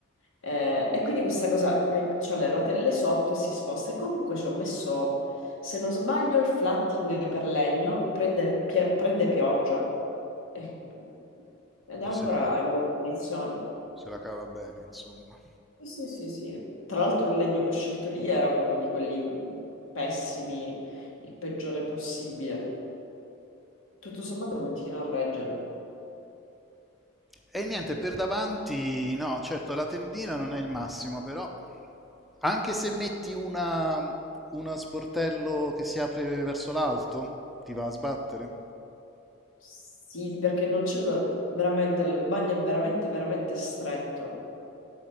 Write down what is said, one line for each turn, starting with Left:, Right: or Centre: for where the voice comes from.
Left: Eh, e quindi questa cosa, eh, c'ho le rotelle sotto e si sposta e comunque ci ho messo se non sbaglio, il flatting per legno prende, pie- prende pioggia Eh, ed è
Centre: eh,
Left: ancora
Centre: se, la,
Left: in buone condizioni.
Centre: se la cava bene, insomma.
Left: Sì, sì, sì, sì. Tra l'altro il legno che ho scelto lì era proprio di quelli mm, pessimi, il peggiore possibile. Tutto sommato continua a reggere.
Centre: E niente, per davanti, no, certo la tendina non è il massimo, però anche se metti una, uno sportello che si apre verso l'alto, ti va a sbattere.
Left: Sì, perché non c'è lo... veramente, il bagno è veramente, veramente stretto.